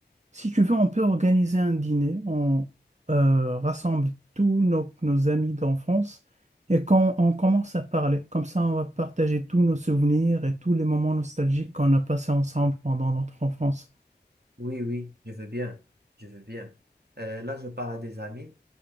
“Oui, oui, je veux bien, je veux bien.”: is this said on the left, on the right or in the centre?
Right